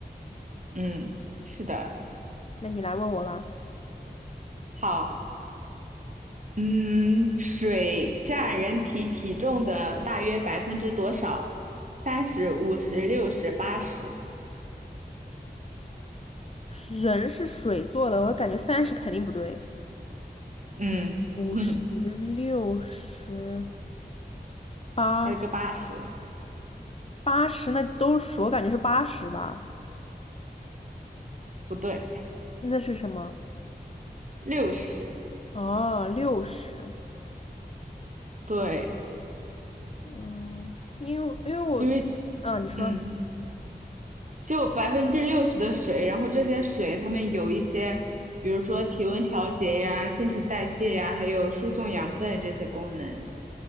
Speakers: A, on the right; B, on the left.
A: 嗯，是的，
B: 那你来问我吧。
A: 好，嗯，水占人体体重的大约百分之多少？三十、五十、六十、八十，
B: 人是水做的，我感觉三十肯定不对。
A: 嗯，
B: 五十、
A: <laughs>
B: 六十、八
A: 还有个八十，
B: 八十，那都是我感觉是八十吧？
A: 不对，
B: 那是什么？
A: 六十，
B: 哦，六十。
A: 对，
B: 嗯，因为因为我，
A: 因为
B: 啊，你说，
A: 嗯，就百分之六十的水，然后这些水它们有一些，比如说体温调节呀、新陈代谢呀，还有输送养分这些功能，